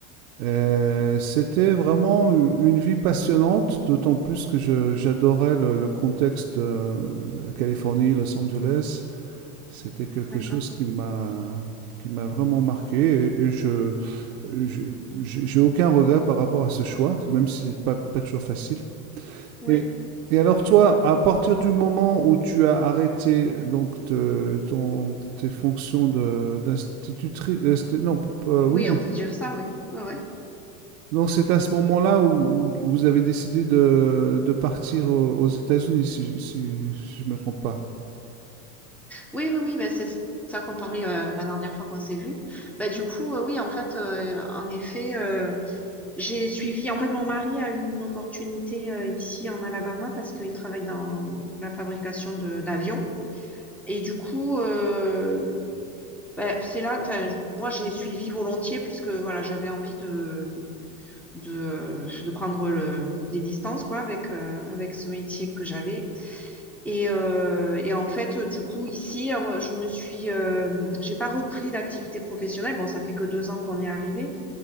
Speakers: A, on the right (about 80°); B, in the centre.
A: Et C'était vraiment une vie passionnante, d'autant plus que je- j'adorais le, le contexte de la Californie, Los Angeles. C'était quelque
B: d'accord.
A: chose qui m'a qui m'a vraiment marqué et, et je je- j'ai j'ai aucun regret par rapport à ce choix, même si c'est pas pas toujours facile.
B: Oui.
A: Et et alors toi, à partir du moment où tu as arrêté donc te- ton, tes fonctions de d'institutrice, euh, c'était- non, pro- euh,
B: Oui,
A: oui,
B: on peut dire ça, oui. Ouais, ouais.
A: donc c'est à ce moment-là où, où vous avez décidé de, de partir aux, aux États-Unis, si, si, si je ne me trompe pas.
B: Oui, oui, oui, bah, c'est ça qu'on parlait euh, la dernière fois qu'on s'est vu. Bah, du coup, euh, oui, en fait, euh, en effet, euh, J'ai suivi, en fait, mon mari a eu une opportunité euh, ici en Alabama parce qu'il travaille dans la fabrication de d'avions. Et du coup, euh, ben, c'est là, enfin, j- moi, j'ai suivi volontiers puisque voilà, j'avais envie de, de, euh, de prendre le, des distances quoi, avec, euh, avec ce métier que j'avais. Et, euh, et en fait, du coup, ici, euh, je me suis, euh, j'ai pas repris d'activité professionnelle. Bon, ça fait que deux ans qu'on est arrivé.